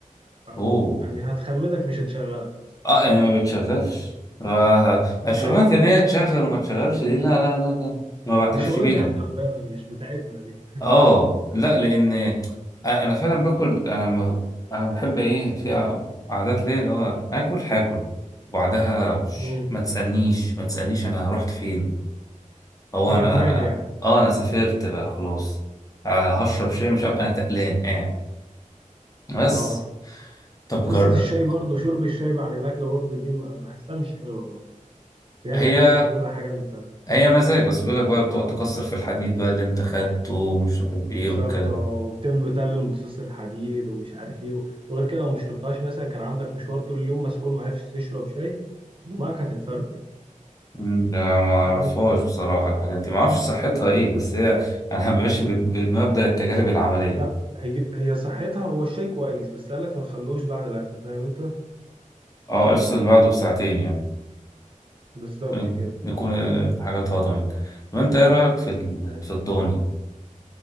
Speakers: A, on the right (about 40°); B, on the left (about 25°).
A: فاهم؟
B: اوه
A: يعني هتخمدك مش هتشغلك اصلا
B: اه هي ما بتشغلش آه آه، الشغلانه
A: عارف
B: ان هي تشغل وما تشغلش دي لا لا لا لا ما بعترفش
A: ده شغلانه
B: بيها
A: عيال تعبانه مش بتاعتنا دي
B: اه لا لان أ- انا فعلا باكل انا م- انا بحب ايه في ع- عادات ليا اللي هو هاكل هاكل وبعدها ش-
A: امم
B: ما تسالنيش ما تسالنيش انا رحت فين هو
A: بتنام
B: انا انا
A: يعني
B: اه انا سافرت بقى خلاص آه هشرب شاي مش عارف انا تقلان قاعد بس
A: اه
B: طب
A: قصه
B: جر...
A: الشاي برضو شرب الشاي بعد الاكل برضو دي م- بحسها مش حلوه برضو هي
B: هي
A: بتضيع كل حاجه انت
B: اي مزاج بس بيقول لك بقى بتقعد تكسر في الحديد بقى اللي انت خدته ومش عارف
A: بالظبط
B: ايه والكلام
A: اه وبتم تقلل امتصاص الحديد ومش عارف ايه وغير كده لو ما شربتهاش مثلا كان عندك مشوار طول اليوم مسحول ما عرفتش تشرب شاي دماغك هتتفرتك
B: مم. لا ما اعرفهاش
A: فاهم
B: بصراحه الحاجات دي ما اعرفش صحتها
A: مم.
B: ايه بس هي انا <laughs> ماشي بت- بمبدا التجارب العمليه
A: لا هي هي صحتها هو الشاي كويس بس قالك ما تخلوش بعد الاكل فاهم انت
B: اه افصل بعده بساعتين يعني
A: بالظبط
B: يلا،
A: كده
B: نكون الحاجات اتهضمت طب انت ايه رايك في ال- في الضاني